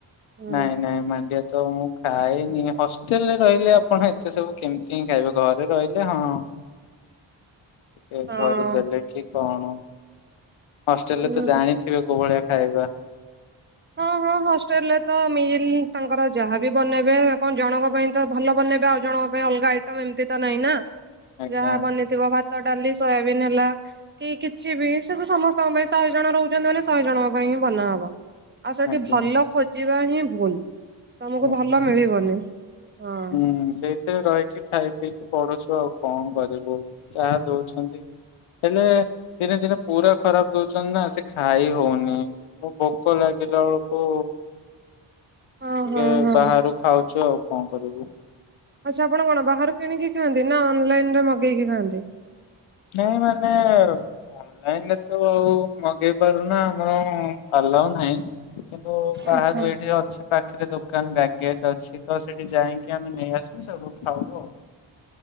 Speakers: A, on the right (about 25°); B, on the left (about 75°).
A: ହଁ
B: ନାଇଁ ନାଇଁ ମାଣ୍ଡିଆ ତ ମୁଁ ଖାଇନି ହଷ୍ଟେଲ୍ ରେ ତ ରହିଲେ ଆପଣ ଏତେ ସବୁ କେମିତି ହିଁ ଖାଇବ ଘରେ ରହିଲେ ହଁ ଟିକେ
A: ହଁ
B: ଘରୁ ଦେଲେ କି କଣ ହଷ୍ଟେଲ୍ ରେ
A: ହୁଁ।
B: ତ ଜାଣିଥିବ କଉଭଳିଆ ଖାଇବା।
A: ହଁ- ହଁ। ହଷ୍ଟେଲ୍ ରେ ତ ମିଲ୍ ତାଙ୍କର ଯାହାବି ବନେଇବେ କଣ ଜଣଙ୍କ ପାଇଁ ତ ଭଲ ବନେଇବେ ଆଉ ଜଣଙ୍କ ପାଇଁ ଅଲଗା ଆଇ ଟମ୍ ଏମତି ତ ନାହିଁ ନା
B: ଆଜ୍ଞା
A: ଯାହା ବନିଥିବ ଭାତ, ଡାଲି, ସୋୟାବିନ୍ ହେଲା କି କିଛି ବି ସେତ ସମସ୍ତଙ୍କ ପାଇଁ ଶହେ ଜଣ ରହୁଚନ୍ତି ମାନେ ଶହେ ଜଣଙ୍କ ପାଇଁ ହିଁ ବନା ହବ। ଆଉ ସେଠି
B: ଆଜ୍ଞା
A: ଭଲ ଖୋଜିବାହିଁ ଭୁଲ୍ ତମକୁ
B: ଆଜ୍ଞା
A: ଭଲ ମିଳିବନି ହଁ।
B: ହୁଁ ସେ ସେ ରହିକି ଖାଇ ପିଇକି ପଢୁଛୁ ଆଉ କଣ କରିବୁ ଯାହା ଦଉଛନ୍ତି। ହେଲେ ଦିନେ ଦିନେ ପୁରା ଖରାପ୍ ଦଉଛନ୍ତିନା ସେ ଖାଇ ହଉନି। ମୋ ଭୋକ ଲାଗିଲା ବେଳକୁ
A: ହଁ
B: ଟିକେ
A: ହଁ ହଁ
B: ବାହାରୁ ଖାଉଚୁ ଆଉ କଣ କରିବୁ?
A: ଆଚ୍ଛା, ଆପଣ କଣ ବାହାରୁ କିଣିକି ଖାଆନ୍ତି ନା ଅନଲାଇନରେ ମଗେଇକି ଖାଆନ୍ତି?
B: ନାଇଁ ମାନେ ଅନଲାଇନରେତ ଆଉ ମଗେଇ ପାରୁନା ଆମର ଆଲାଉ ନାହିଁ କିନ୍ତୁ ବାହାରୁ
A: ଆଚ୍ଛା
B: ଏଇଠି ଅଛି ପାଖରେ ଦୋକାନ ବ୍ୟାଗେଟ ଅଛି ତସେଠି ଯାଇକି ଆମେ ନେଇ ଆସୁ ସେଇଠୁ ଖାଉ ଆଉ।